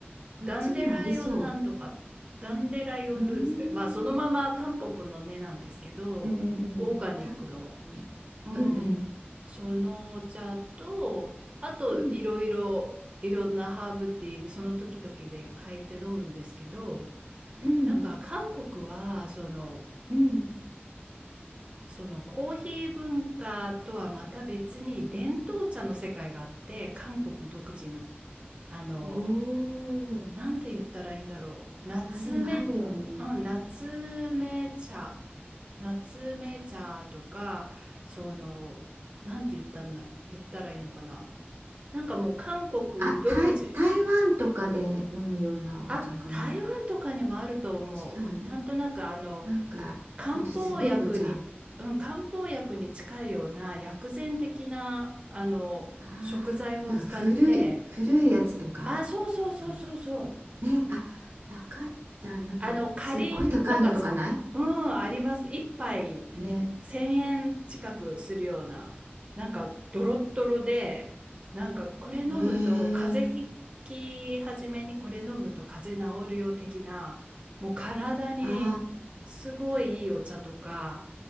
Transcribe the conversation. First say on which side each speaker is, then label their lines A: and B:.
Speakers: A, on the right; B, on the right.
A: こっちにもありそ
B: ダンデライオンなんとか、ダンデライオンルーツって、
A: うなんうーん
B: まあそのままタンポポの根なんですけど、
A: うんうんうんタンポポのねうんうん
B: オーガニックのうん、そのお茶と、あといろいろいろんなハーブティーでその時々で変えて飲むんですけど、
A: うんうん
B: なんか韓国はその、
A: うん
B: そのコーヒー文化とはまた別に伝統茶の世界があって、韓国独自の、あの、
A: おー
B: なんて言ったらいいんだろう。夏目、
A: あでもあるよね
B: うん、夏目茶、夏目茶とか、その、なんて言ったんだ、言ったらいいのかな。なんかもう韓国独自。
A: あ台、台湾とかで飲むようなお茶かな
B: あ、台湾とかにもあると思う。
A: 違う
B: なんとなくあの、
A: なんかあとすごいお茶
B: 漢方薬に、うん、漢方薬に近いような薬膳的な、あの、
A: ああ、
B: 食材を使って、
A: なんか古い、古いやつとか、
B: あ、そうそうそうそうそう。
A: なんかね、あ、わかった。なんか、
B: あの、かりんとかつ、
A: すっごい高いのとかない
B: うん、あります。一杯1000円近くするような、
A: ね。
B: なんかドロッドロで、なんかこれ飲むと風邪ひき始めにこれ飲むと風邪治るよ的な、
A: へえ、
B: もう体にすごいいいお茶とか、
A: あ